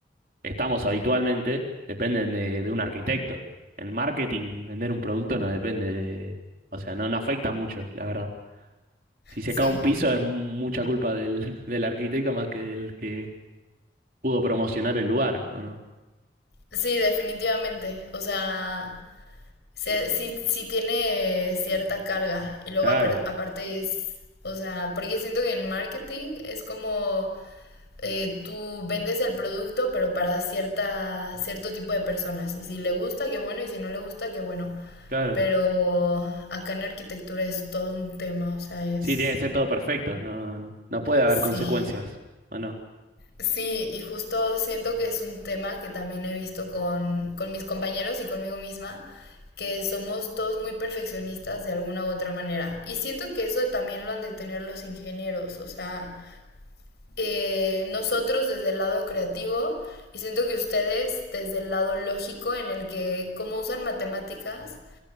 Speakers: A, on the right; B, on the left.
A: estamos habitualmente dependen de, de un arquitecto. El marketing, vender un producto no depende de, o sea, no, no afecta mucho, la verdad. Si se
B: sí,
A: cae un piso es mucha culpa del, <laughs> del arquitecto más que del que pudo promocionar el lugar, ¿o no?
B: sí, definitivamente, o sea, se- sí, sí tiene cierta carga y luego
A: Claro,
B: apar- aparte es, o sea, porque siento que en marketing es como eh, tú vendes el producto, pero para cierta, cierto tipo de personas. Y si le gusta, qué bueno, y si no le gusta, qué bueno.
A: claro.
B: Pero acá en arquitectura es todo un tema, o sea, es...
A: Sí, tiene que ser todo perfecto, no, no puede haber
B: Sí.
A: consecuencias, ¿o no?
B: Sí, y justo siento que es un tema que también he visto con, con mis compañeros y conmigo misma, que somos todos muy perfeccionistas de alguna u otra manera. Y siento que eso también lo han de tener los ingenieros, o sea, eh, nosotros desde el lado creativo y siento que ustedes desde el lado lógico en el que como usan matemáticas,